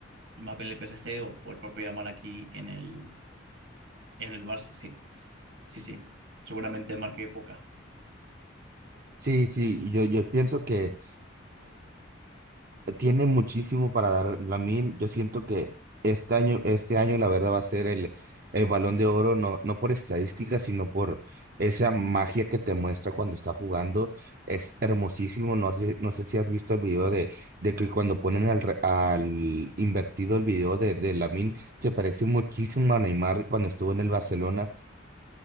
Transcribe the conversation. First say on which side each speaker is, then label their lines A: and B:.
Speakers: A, on the right; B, on the right.
A: Mbappé en el PSG o, o el propio Yamal aquí en el, en el Barça, sí. Sí, sí. Seguramente marqué poca.
B: Sí, sí, yo, yo pienso que... Tiene muchísimo para dar Lamine. Yo siento que este año, este año la verdad va a ser el, el Balón de Oro, no, no por estadística, sino por esa magia que te muestra cuando está jugando. Es hermosísimo. No sé, no sé si has visto el video de, de que cuando ponen al, re- al invertido el video de, de Lamine, se parece muchísimo a Neymar cuando estuvo en el Barcelona.